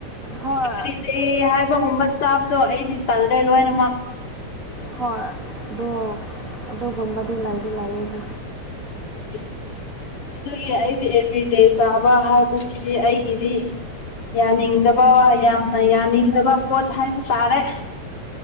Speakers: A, on the right; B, on the left.
A: ꯍꯣꯏ
B: ꯑꯗꯨꯔꯤ ꯍꯥꯏꯕꯒꯨꯝꯕ ꯆꯥꯕꯗꯣ ꯑꯩꯗꯤ ꯀꯜꯂꯦ ꯂꯣꯏꯅꯃꯛ
A: ꯍꯣꯏ ꯑꯗ ꯑꯗꯨꯗ ꯉꯝꯕꯥꯗꯤ ꯂꯥꯏꯗ ꯂꯥꯏꯌꯦꯗ
B: ꯑꯗꯨ ꯑꯗꯨꯒꯤ ꯑꯩꯗꯤ ꯑꯦꯚ꯭ꯔꯤꯗꯦ ꯆꯥꯕ ꯍꯥꯏꯕꯁꯤꯗꯤ ꯑꯩꯒꯤꯗꯤ ꯌꯥꯅꯤꯡꯗꯕ ꯌꯥꯝꯅ ꯌꯥꯅꯤꯡꯗꯕ ꯄꯣꯠ ꯍꯥꯏꯕ ꯇꯥꯔꯦ